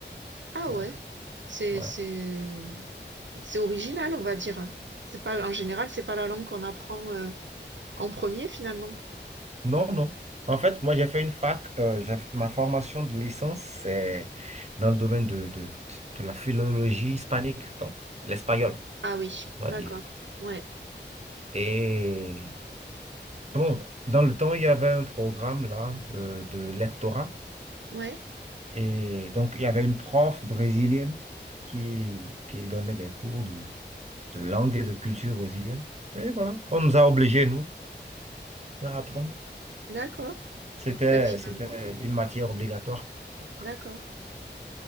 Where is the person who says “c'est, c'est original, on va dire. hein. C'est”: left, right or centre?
Right